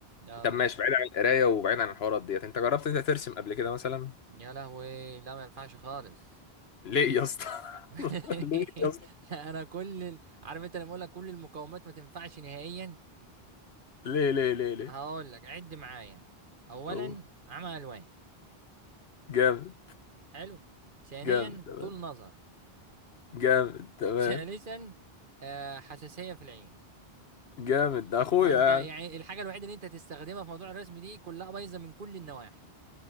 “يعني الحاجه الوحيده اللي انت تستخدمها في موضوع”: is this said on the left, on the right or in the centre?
Right